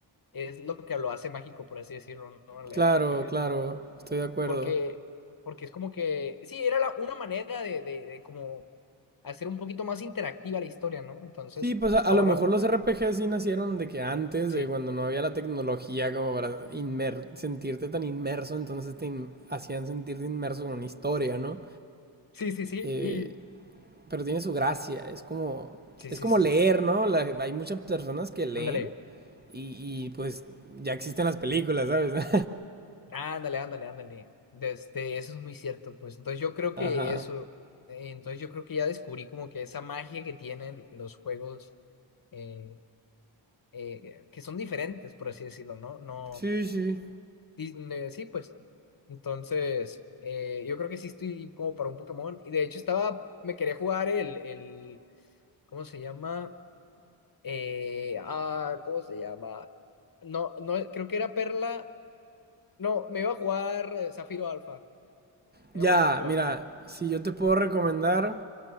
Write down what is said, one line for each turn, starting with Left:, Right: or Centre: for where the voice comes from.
Left: es lo que lo hace mágico, por así decirlo, ¿no? El,
Right: Claro,
Left: el RPG.
Right: claro. Estoy de acuerdo.
Left: Porque, porque es como que, sí, era la- una manera de, de, de como hacer un poquito más interactiva la historia, ¿no? Entonces,
Right: Sí, pues a, a
Left: ahora,
Right: lo mejor los RPG sí nacieron de que antes,
Left: sí.
Right: de cuando no había la tecnología como para inmer- sentirte tan inmerso, entonces te in- hacían sentirte inmerso con una historia, ¿no?
Left: Sí, sí, sí.
Right: Eh,
Left: Y
Right: pero tiene su gracia. Es como,
Left: Sí,
Right: es
Left: sí,
Right: como
Left: sí,
Right: leer,
Left: sí.
Right: ¿no? La- hay muchas personas que leen
Left: Ándale,
Right: y, y, pues ya existen las películas, ¿sabes? <laughs>
Left: ándale, ándale, ándale. De- Este, eso es muy cierto, pues. Entonces yo creo que
Right: Ajá.
Left: eso, eh, entonces yo creo que ya descubrí como que esa magia que tienen los juegos eh, eh, que son diferentes, por así decirlo, ¿no? No,
Right: Sí, sí.
Left: y- eh, sí, pues. Entonces, eh, yo creo que sí estoy como para un Pokémon. Y de hecho estaba, me quería jugar el, el, ¿cómo se llama? Eh, ah, ¿cómo se llama? No, no, creo que era Perla. No, me iba a jugar eh, Zafiro Alfa. Me
Right: Ya,
Left: iba a jugar Zafiro
Right: mira,
Left: Alfa.
Right: si yo te puedo recomendar,